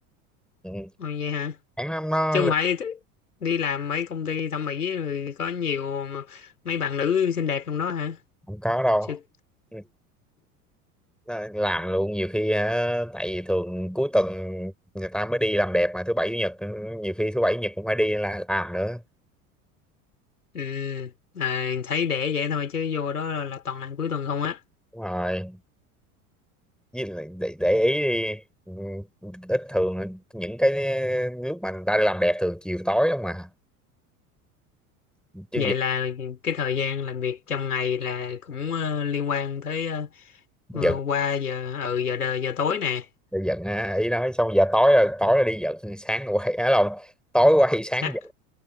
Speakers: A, in the centre; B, on the left.
A: ừ.
B: Ồ, vậy hả
A: chán lắm nó
B: chứ không phải t- đi làm mấy công ty thẩm mỹ rồi có nhiều mà- mấy bạn nữ xinh đẹp trong đó hả
A: không có đâu
B: Chứ-
A: ừ. Nó làm luôn nhiều khi hả, tại vì thường cuối tuần người ta mới đi làm đẹp mà thứ bảy chủ nhật ừ, nhiều khi thứ bảy chủ nhật cũng phải đi là làm nữa
B: ừ, à, thấy để vậy thôi chứ vô đó là, là toàn làm cuối tuần không á
A: đúng rồi với lại để, để ý đi ừ, ít thường những cái lúc mà người ta đi làm đẹp thường chiều tối không mà chứ
B: vậy
A: gi-
B: là cái thời gian làm việc trong ngày là cũng ờ, liên quan tới ờ, ờ,
A: giận
B: qua giờ ừ giờ đời giờ tối nè
A: thì giận à, ý nói xong giờ tối rồi tối là đi giận sáng rồi quay á lòng tối quay sáng
B: Sáng-
A: giận